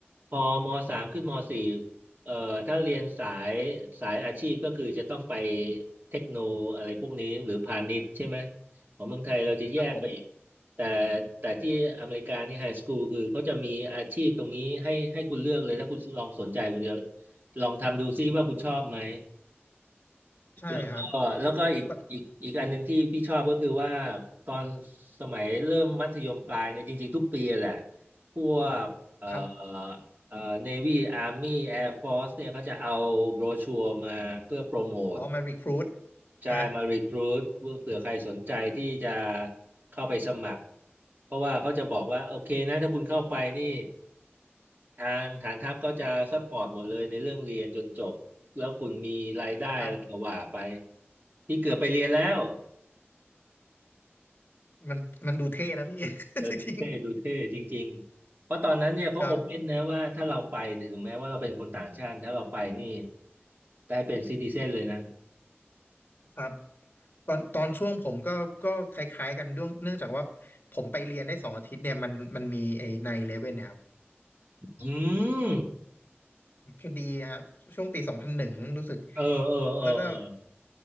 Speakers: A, on the right; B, on the left.
A: พอมสามขึ้นมสี่เอ่อถ้าเรียนสายสายอาชีพก็คือจะต้องไปเทคโนอะไรพวกนี้หรือพาณิชย์ใช่ไหมของเมืองไทยเราจะแยกไปอีก
B: ครับผม
A: แต่แต่ที่อเมริกานี่ไฮสคูลคือเขาจะมีอาชีพตรงนี้ให้ให้คุณเลือกเลยถ้าคุณลองสนใจคุณจะลองทำดูซิว่าคุณชอบไหม
B: ใช่ครับ
A: แล้วก็แล้วก็อีกอีกอีกอันหนึ่งที่พี่ชอบก็คือว่า
B: แบบ
A: ตอนสมัยเริ่มมัธยมปลายเนี่ยจริงๆทุกปีแหละพวกเอ่อ
B: ครับ
A: เอ่อเนวี่อาร์มี่แอร์ฟอสเนี่ยเขาจะเอาโบรชัวร์มาเพื่อโปรโมท
B: อ๋อมารีครูท
A: ใช่มารีครูทเผื่อใครสนใจที่จะ
B: ฮะ
A: เข้าไปสมัครเพราะว่าเขาจะบอกว่าโอเคนะถ้าคุณเข้าไปนี่ ทางฐานทัพก็จะซัพพอร์ตหมดเลยในเรื่องเรียนจนจบแล้วคุณมีรายได้อะไรก็ว่าไป
B: ครับ
A: ที่เกือบไปเรียนแล้ว
B: มันมันดูเท่นะพี่ <laughs>
A: เออดูเท่ดูเท่จริงๆเพราะตอนนั้นเนี่ยเขาโอเพ่นนะว่าถ้าเราไปเนี่ยถึงแม้ว่าเราเป็นคนต่างชาติถ้าเราไปนี่
B: จริงๆครับ
A: ได้เป็นซิติเซนเลยนะ
B: ครับตอนตอนช่วงผมก็ก็คล้ายๆกันด้วยเนื่องจากว่าผมไปเรียนได้สองอาทิตย์เนี่ยมันมันมีไอ้ไนเลเว่นเนี่ยครับ
A: <laughs> อืม
B: คดีครับช่วงปีสองพันหนึ่งรู้สึก
A: เออเออเออเอ
B: แล้วก็